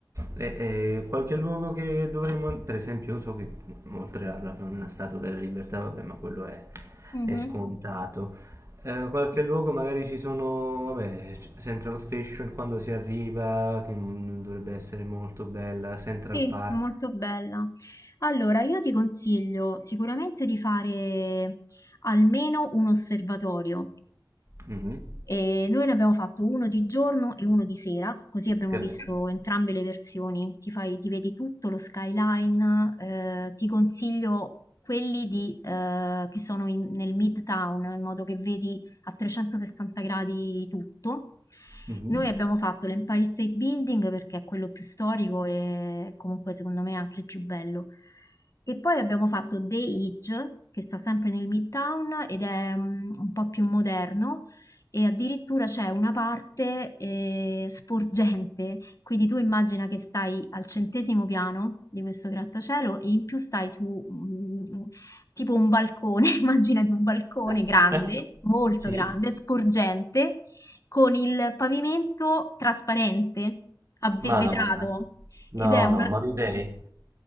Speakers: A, on the right (about 40°); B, on the left (about 45°).
A: E- e qualche luogo che dovremmo, per esempio, io so che oltre alla una Statua della Libertà, vabbè, ma quello è,
B: Mhm.
A: è scontato. Eh, qualche luogo magari ci sono, vabbè, c- Central Station quando si arriva, che mm, dovrebbe essere molto bella, Central
B: Sì,
A: Park.
B: molto bella. Allora, io ti consiglio sicuramente di fare almeno un osservatorio.
A: Mhm,
B: E noi ne abbiamo fatto uno di giorno e uno di sera, così abbiamo
A: Che
B: visto
A: bello.
B: entrambe le versioni. Ti fai, ti vedi tutto lo skyline, eh, ti consiglio quelli di, eh, che sono in- nel Midtown, in modo che vedi a 360 gradi tutto.
A: Mhm.
B: Noi abbiamo fatto l'Empire State Building perché è quello più storico e comunque secondo me anche il più bello. E poi abbiamo fatto The Edge, che sta sempre nel Midtown ed è mm, un po' più moderno e addirittura c'è una parte, ehm, sporgente, quindi tu immagina che stai al centesimo piano di questo grattacielo e in più stai su, mhmm, u tipo un balcone, <laughs> immaginati un balcone
A: Eh,
B: grande,
A: eh,
B: molto
A: Sì.
B: grande, sporgente, con il pavimento trasparente, a ve
A: Madonna.
B: vetrato
A: No,
B: ed è una
A: no, morirei